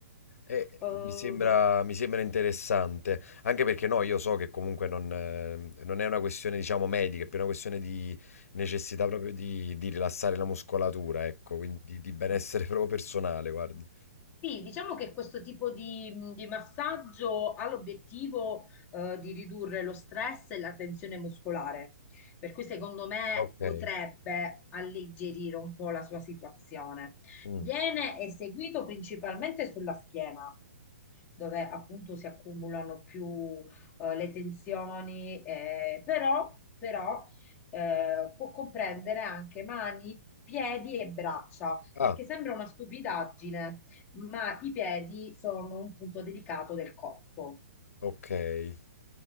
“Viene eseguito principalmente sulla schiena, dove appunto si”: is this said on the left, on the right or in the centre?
Left